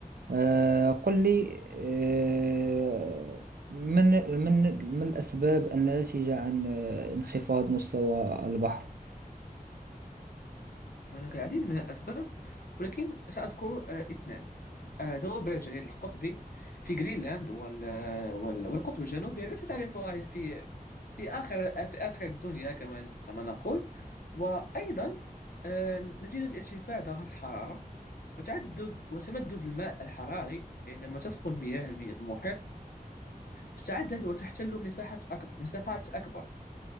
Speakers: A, on the right; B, on the left.
A: آه، قل لي آه، من من ما الأسباب الناتجة عن آه، انخفاض مستوى البحر؟
B: هناك العديد من الأسباب ولكن سأذكر آه، اثنان آه، ذوب الجليد القطبي في جرينلاند وال... آه، وال... والقطب الجنوبي التي تعرفها في في آخر في آخر الدنيا كما كما نقول وأيضا آه، نتيجة ارتفاع درجات الحرارة وتعدد وتمدد الماء الحراري عندما تسخن مياه المحيط تتعدد وتحتل مساحات أكبر مساحات أكبر